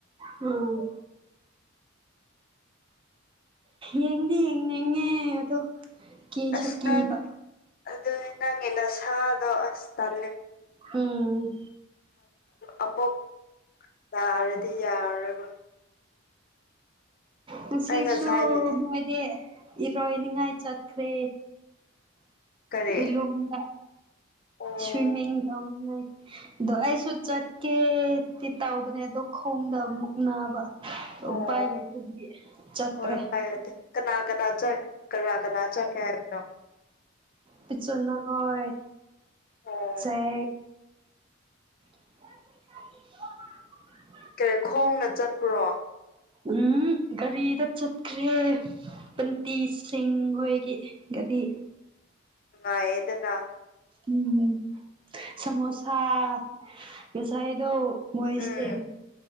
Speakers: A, on the right (about 25°); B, on the left (about 45°).
A: ꯎꯝ ꯌꯦꯡꯗꯤ ꯌꯦꯡ ꯌꯦꯉꯦ ꯑꯗꯣ ꯀꯤꯁꯨ
B: ꯑꯁ
A: ꯀꯤꯕ
B: ꯅꯪ ꯑꯗꯨ ꯅꯪ ꯅ ꯁꯥꯥꯗꯣ ꯑꯁꯇꯥꯜꯦ
A: ꯎꯝ
B: ꯑꯃꯨꯛ ꯂꯥꯔꯗꯤ ꯌꯥꯔꯕ
A: ꯉꯁꯤꯁꯨ
B: ꯉꯁꯥꯏꯗꯤ
A: ꯃꯣꯏꯗꯤ ꯏꯔꯣꯏꯅꯤꯉꯥꯏ ꯆꯠꯈ꯭ꯔꯦ
B: ꯀꯔꯤ
A: ꯂꯣꯡꯗ
B: ꯑꯣ
A: ꯁ꯭ꯋꯤꯃꯤꯡ ꯇꯎꯉꯥꯏ ꯑꯗꯣ ꯑꯩꯁꯨ ꯆꯠꯀꯦꯗꯤ ꯇꯧꯕꯅꯦ ꯑꯗꯣ ꯈꯣꯡꯗ ꯑꯃꯨꯛ ꯅꯥꯕ
B: ꯑꯣ
A: ꯎ ꯄꯥꯏ ꯂꯩ ꯏ ꯆꯠꯇ꯭ꯔꯦ
B: ꯍꯣꯏ ꯄꯥꯏꯔꯗꯤ ꯀꯅꯥ ꯀꯅꯥ ꯆꯠ ꯀꯅꯥ ꯀꯅꯥ ꯆꯠꯀꯦ ꯍꯥꯏꯕꯅꯣ
A: ꯄꯆꯅꯥ ꯍꯣꯏ
B: ꯑꯣ
A: ꯆꯦꯛ <inaudible>
B: ꯀꯔꯤ ꯈꯣꯡꯅ ꯆꯠꯄꯨꯔꯣ
A: ꯎꯝ ꯒꯥꯔꯤꯗ ꯆꯠꯈ꯭ꯔꯦ ꯟꯇ ꯁꯤꯡ ꯍꯣꯏꯒꯤ ꯉꯔꯤ
B: ꯑ ꯑꯦꯅ
A: ꯎꯝ ꯁꯣꯁꯥ ꯃꯣꯁꯥꯏꯣ ꯃꯣꯏ
B: ꯎꯝ
A: ꯏꯁ